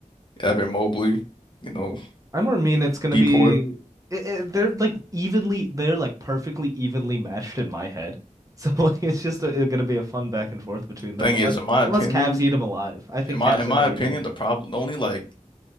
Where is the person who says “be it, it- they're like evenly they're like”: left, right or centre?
Right